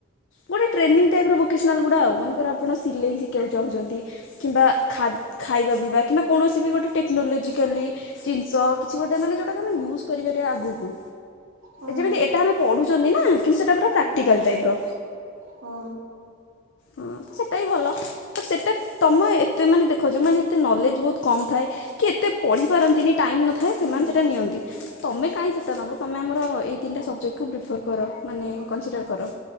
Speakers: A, on the left; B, on the right.
A: ଗୋଟେ ଟ୍ରେନିଂ ଟାଇପ୍ର ଭୋକେସନାଲ୍ ଗୁଡ଼ା ଆଉ ମନେକର ଆପଣ ସିଲେଇ ଶିଖିବାକୁ ଚାହୁଁଛନ୍ତି କିମ୍ବା ଖାଦ୍ ଖାଇବା ପିଇବା କିମ୍ବା କୌଣସି ବି ଗୋଟେ ଟେକ୍ନୋଲୋଜିକାଲି ଜିନିଷ କିଛି ଗୋଟେ ମାନେ ଯୋଉଟା ଆମେ ୟୁଜ କରିପାରିବା ଆଗୁକୁ
B: ହଁ
A: ଯେମିତି
B: ହଁ
A: ଏଟା ଆମେ ପଢୁଛନ୍ତି ନା କିନ୍ତୁ ସେଟା ପୁରା ପ୍ରାକ୍ଟିକାଲ
B: ହୁଁ
A: ଟାଇପର
B: ହଁ
A: ହଁ ସେଟା ବି ଭଲ ସେଟା ତମ ଏତେ ମାନେ ଦେଖ ଯୋଉମାନେ ଏତେ ନଲେଜ ବହୁତ କମ ଥାଏ କି ଏତେ ପଢି ପାରନ୍ତିନି ଟାଇମ ନ ଥାଏ ସେମାନେ
B: ହୁଁ
A: ସେଟା ନିଅନ୍ତି। ତମେ କାଇଁ ସେଟା ନବ ତମେ ଆମର ଏଇ ତିନଟା ସବଜେକ୍ଟକୁ ପ୍ରିଫର କର। ମାନେ
B: ଓକେ
A: କନସିଡ଼ର କର